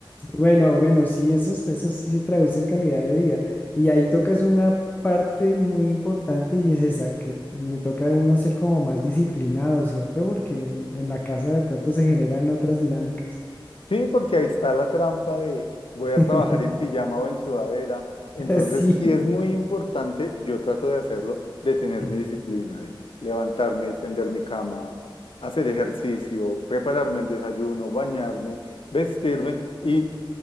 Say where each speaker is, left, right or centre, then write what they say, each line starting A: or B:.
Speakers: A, on the left; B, on the left.
A: Bueno, bueno, sí, esos, esos sí se traducen en calidad de vida. Y ahí tocas una parte muy importante y es esa, que le toca a uno ser como más disciplinado, ¿cierto? Porque un- en la casa de pronto se generan otras dinámicas.
B: Sí, porque ahí está la trampa de voy
A: <laughs>
B: a trabajar en pijama o en sudadera. Entonces,
A: Sí,
B: sí es muy importante, yo trato de hacerlo, de tener
A: <clears throat>
B: mi disciplina, de levantarme, tender mi cama, hacer ejercicio, prepararme el desayuno, bañarme, vestirme y